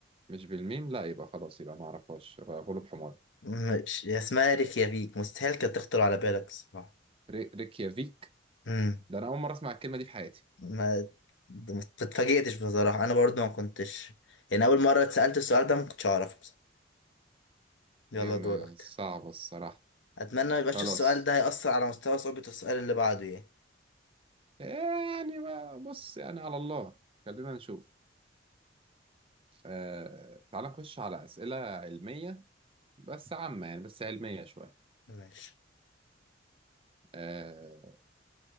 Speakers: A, on the right; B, on the left.
A: مش بالميم لا يبقى خلاص يبقى ما اعرفهاش يبقى غلب حمار
B: مش هي اسمها ريكيافيك مستحيل كانت تخطر على بالك الصراحة
A: ري- ريكيافيك
B: مم.
A: ده انا اول مره اسمع الكلمه دي في حياتي
B: ما ما اتفاجئتش بصراحة انا برضو ما كنتش يعني اول مرة اتسألت السؤال ده ما كنتش اعرفه بصراحة يلا
A: هي م-
B: دورك
A: صعبه الصراحه
B: اتمنى ما يبقاش
A: خلاص
B: السؤال ده هيأثر على مستوى صعوبة السؤال اللي بعده يعني
A: يعني ما بص يعني على الله خلينا نشوف أه تعال نخش على اسئله علميه بس عامه يعني بس علميه شويه
B: ماشي
A: أه